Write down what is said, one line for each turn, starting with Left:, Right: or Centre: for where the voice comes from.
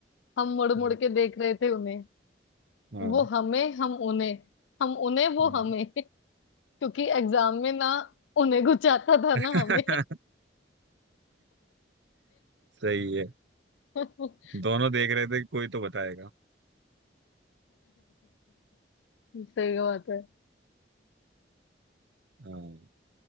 Left: हम मुड़
Right: हम्म,
Left: मुड़ के देख रहे थे उन्हें
Right: हाँ
Left: वो हमें हम उन्हें हम उन्हें वो
Right: हम्म।
Left: हमें <laughs> क्योंकि एग्जाम में ना उन्हें कुछ आता था
Right: <laughs>
Left: ना हमें
Right: सही है
Left: <laughs>
Right: दोनों देख रहे थे कि कोई तो बताएगा
Left: सही बात है
Right: हाँ